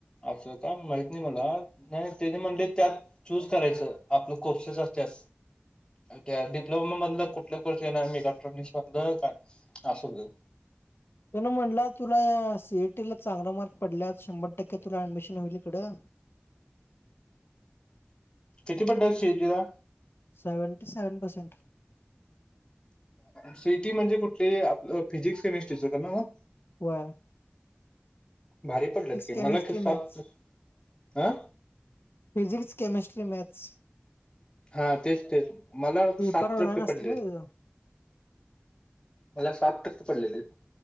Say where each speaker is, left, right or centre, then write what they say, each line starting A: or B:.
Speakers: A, on the left; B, on the left.
A: असं का माहीत नाही मला,, नाही तेनी म्हणले त्यातऽ चूस करायचं, आपलं कोर्सेस असत्यात. त्या डिप्लोमा मधलं कुठल्या कोर्स येणार इलेक्ट्रॉनिक्स मधलं काय, असं हुतय.
B: ते न म्हणला, तुला सी ए टी ला चांगला मार्क पडल्यात, शंभर टक्के तुला ऍडमिशन हुईल इकडं.
A: किती पडल्यात सीएटी ला?
B: Seventy seven percent.
A: C A T म्हणजे कुठली? आप फिजिक्स केमिस्ट्रीच नवं.
B: वय.
A: भारी पडल्यात की,
B: केमिस्ट्री
A: मला तर
B: मॅथ्स
A: साठ, अऽ
B: फिजिक्स केमिस्ट्री मॅथ्स.
A: हा तेच तेच, मला
B: पेपर
A: साठ
B: ऑनलाईन
A: टक्के
B: असते
A: पडलेत.
B: ना तुझं
A: मला साट टक्के पडलेलेत.